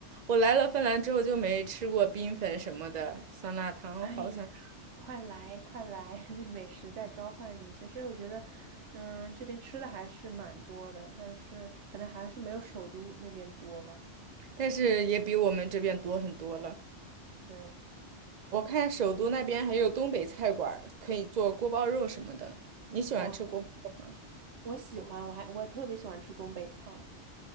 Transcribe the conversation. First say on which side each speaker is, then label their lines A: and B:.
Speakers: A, on the right; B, on the right.
A: 我来了芬兰之后就没吃过冰粉什么的，酸辣汤好像，
B: 哎呀，快来快来，<laughs> 美食在召唤你。其实我觉得，嗯，这边吃的还是蛮多的，但是可能还是没有首都那边多吧。
A: 但是也比我们这边多很多了。
B: 对，
A: 我看首都那边还有东北菜馆儿可以做锅包肉什么的。你喜欢吃锅包肉吗？
B: 我我喜欢，我还我特别喜欢吃东北菜。